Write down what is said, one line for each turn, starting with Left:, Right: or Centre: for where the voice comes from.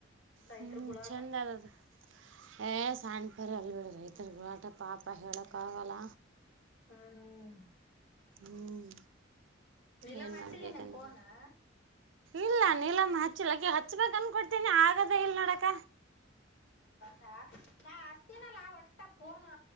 Left: ರೈತರು
Right: ಹ್ಞೂ
Left: ಗುಳಾಟ
Right: ಚೆಂದ ಅದದು ಏ ಸಣ್ಣಪರಿ ಅಲ್ ಬಿಡ ರೈತರ್ ಗಳಾಟ ಪಾಪ ಹೇಳಕ್ ಆಗಲ್ಲ.
Left: ಹ್ಮ ಹ್ಮ
Right: ಹ್ಮ್
Left: ನೀಲಮ್ಮ
Right: ಏನ್
Left: ಹಚ್ಚಿಲ್ಲೇನ
Right: ಮಾಡ್ಬೇಕಂತ
Left: ಫೋನ
Right: ಇಲ್ಲ ನೀಲಮ್ಮ ಹಚ್ಚಲಕ್ಕೆ ಹ ಹಚ್ಬೇಕಕ್ ಅಂದಕೊಡ್ತೀನಿ ಆಗದ ಇಲ್ ನೋಡಕ.
Left: ಹಾ ನಾ ಅಸ್ತಿನಲ್ಲಾ ಒಟ್ಟ ಫೋನ್